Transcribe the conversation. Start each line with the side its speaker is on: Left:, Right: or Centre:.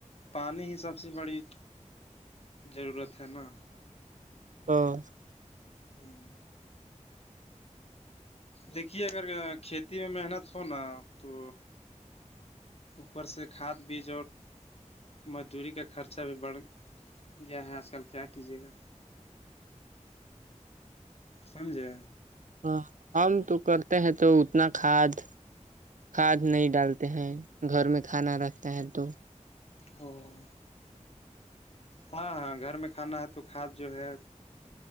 Left: پانی ہی سب سے بڑی ضرورت ہے نا
Right: ہاں
Left: ہوں دیکھیے اگر کھیتی میں محنت ہوناا تو اوپر سے کھاد بیج اور مزدوری کا خرچہ بھی بڑھ گیا ہے آج کل کیا کیجیے گا سمجھے
Right: ہاں ہم تو کرتے ہیں تو اتنا کھاد کھاد نہیں ڈالتے ہیں گھر میں کھانا رکھتے ہیں تو
Left: ہوں ہاں گھر میں کھانا ہے تو کھاد جو ہے